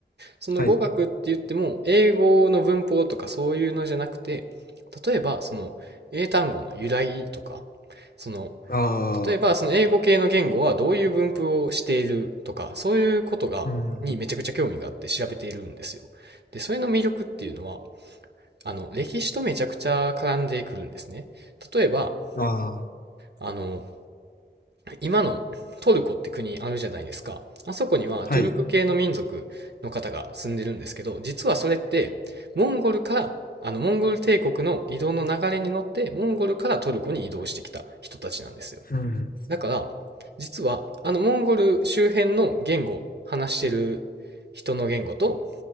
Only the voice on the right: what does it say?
その語学って言っても、
英語の文法とかそういうのじゃなくて、例えば、その、英単語の由来とか、その、
例えば、その英語系の言語はどういう分布をしているとか、そういうことが、
にめちゃくちゃ興味があって調べているんですよ。で、それの魅力っていうのは、あの、歴史とめちゃくちゃ絡んでくるんですね。例えば、
あの、今のトルコって国あるじゃないですか。あそこにはトゥルク系の民族の方が住んでるんですけど、
実はそれって、モンゴルから、あの、モンゴル帝国の移動の流れに乗って、モンゴルからトルコに移動してきた人たちなんですよ。
だから、実は、あの、モンゴル周辺の言語、話してる人の言語と、